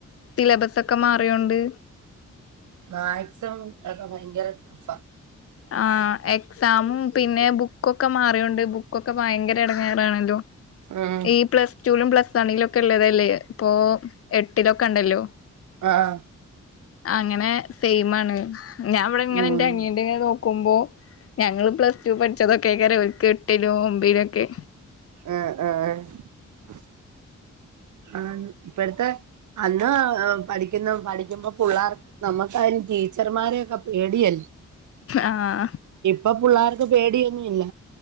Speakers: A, on the left; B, on the right.
A: സിലബസ് ഒക്കെ മാറിയോണ്ട്.
B: മാക്സ്, ഒക്കെ ഭയങ്കര ടഫാ.
A: ആഹ്. എക്സമും പിന്നെ, ബുക്കൊക്കെ മാറിയൊണ്ട് ബുക്കൊക്കെ ഭയങ്കര ഇടങ്ങേറാണല്ലോ,
B: ഉം
A: ഈ പ്ലസ്റ്റുലും പ്ലസ് വണിലും ഒക്കെ ഉള്ളതല്ലേ ഇപ്പൊ എട്ടിലൊക്കെ ഉണ്ടല്ലോ.
B: ആഹ്
A: അങ്ങനെ സെയിമാണ്. ഞാൻ അവിടെ ഇങ്ങനെ
B: ഉം
A: എന്റെ അനിയന്റെ നോ ക്കുമ്പോ ഞങ്ങള് പ്ലസ് ടു പഠിച്ചതൊക്കെയ്ക്കാരം, എട്ടിലും ഒമ്പിലോ ഒക്കെ.
B: ആഹ് ആഹ് ആഹ് ആഹ ഇപ്പടുത്തെ അന്ന് പഠിക്കുന്ന പഠിക്കുമ്പോ പിള്ളേർക്ക് നമ്മുക്ക്, അതിന് ടീച്ചർമാരെയൊക്കെ പേടിയല്ലേ.
A: ആഹ്
B: അപ്പൊ പിള്ളേർക്ക് പേടിയൊന്നുല്ല